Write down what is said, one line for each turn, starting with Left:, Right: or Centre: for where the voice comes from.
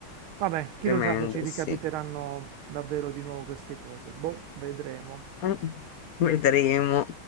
Right: Vabbè, chi
Left: Tremendo,
Right: lo sa se ci ricapiteranno
Left: sì.
Right: davvero di nuovo queste cose. Boh, vedremo.
Left: Eh, Vedremo.